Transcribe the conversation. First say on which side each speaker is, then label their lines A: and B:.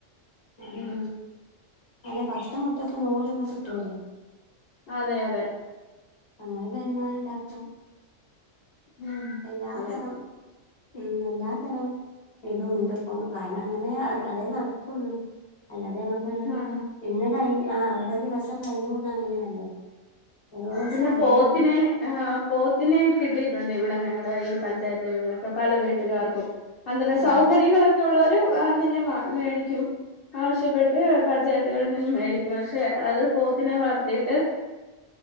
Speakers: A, on the left (about 20°); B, on the left (about 50°).
A: ഏ
B: ഉം
A: അല്ല പത്ത് മുട്ട ഇപ്പം നൂറ് രൂപ കിട്ടൂലേ
B: അതെ അതെ
A: അങ്ങനെ വരുമാനം ഇണ്ടാക്കാം
B: ഉം
A: എല്ലാതരം
B: അതെ
A: ഉം എല്ലാതരം ഇത് ഉണ്ട് ഇപ്പൊ കാരണം അങ്ങനെ അത് അതേ നടക്കുള്ളൂ അല്ലാതെ ഞമ്മക്ക്
B: ആ
A: ഇന്ന് കഴിഞ്ഞ് ആ ഒരോ ദിവസം കഴിഞ്ഞ് കൂടുന്നത് അങ്ങനെയാണല്ലോ ഓരോ
B: പിന്നെ
A: സാധനത്തിനും
B: പോത്തിനെ ആ പോത്തിനെ കിട്ടിയിട്ടുണ്ട് ഇവിടെ ഞങ്ങളുടെ ഈ പഞ്ചായത്തുകളിലൊക്കെ പല വീട്ടുകാർക്കും അത എന്താന്നറിയോ
A: ആ
B: സൗകര്യങ്ങളൊക്കെ ഉള്ളവര് അതിനെ മേടിക്കും ആവശ്യപ്പെട്ട് പഞ്ചായത്തുകളിൽ നിന്നും മേടിക്കും പക്ഷെ അത് പോത്തിനെ വളർത്തിയിട്ട്